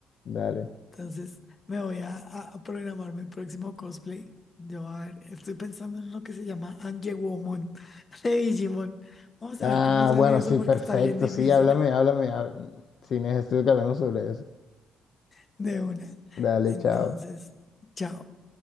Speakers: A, on the left; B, on the left.
A: Dale.
B: Entonces me voy a, a- a programar mi próximo cosplay. Yo a ver, estoy pensando en lo que se llama Angewomon <laughs> de Digimon. Vamos
A: Ah,
B: a ver cómo sale
A: bueno,
B: eso
A: sí,
B: porque
A: perfecto,
B: está bien difícil
A: sí, háblame, háblame, há- sí, necesito que hablemos sobre eso.
B: <laughs> de una.
A: Dale,
B: Entonces,
A: chao.
B: chao.